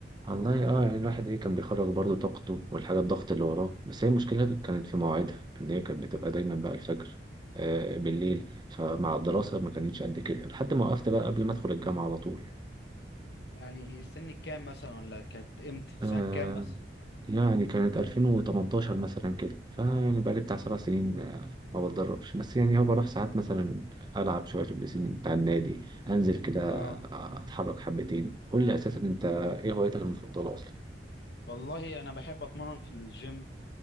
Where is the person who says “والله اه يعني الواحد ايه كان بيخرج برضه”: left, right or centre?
Right